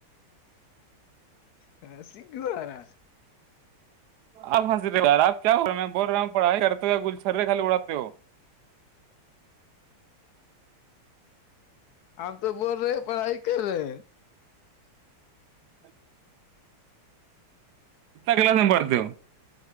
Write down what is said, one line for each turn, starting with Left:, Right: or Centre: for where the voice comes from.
Left: ہ سگووارا <unintelligible>
Right: آپ حضرار آپ کیا ہو رہا ہے میں بول رہا ہوںڑھائی کرتے گل چھررے خالے اڑاتے ہو
Left: ہم تو بول رہے ہیں پڑھائی کر رہے ہیں <unintelligible>
Right: اچھ <unintelligible> کلاس میں پڑھتے